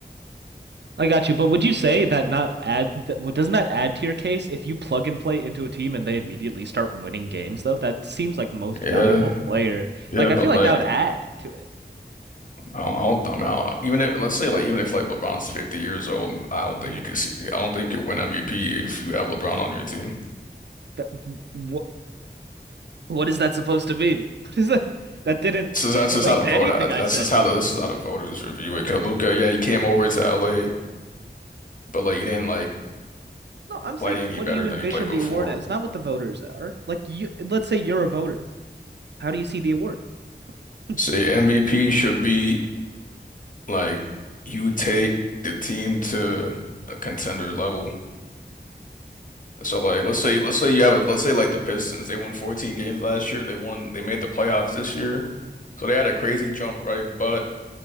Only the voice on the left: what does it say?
Yeah,
yeah,
but
like
I don't, I don't, I mean, I, even if let's say like even if like LeBron's 50 years old, I don't
think you can see, I don't think you win MVP if you have LeBron on your team.
So that's
just how the
vote.
uh, That's
just how the this is how the voters review it. 'Cause Luka, yeah, he came over to LA, but like he didn't like
play any
better
than he played before.
So yeah, MVP should be. Like you take the team to a contender level. So like let's say let's say you have a let's say like the Pistons, they won 14 games last year. They won they made the playoffs this year. So they had a crazy jump, right? But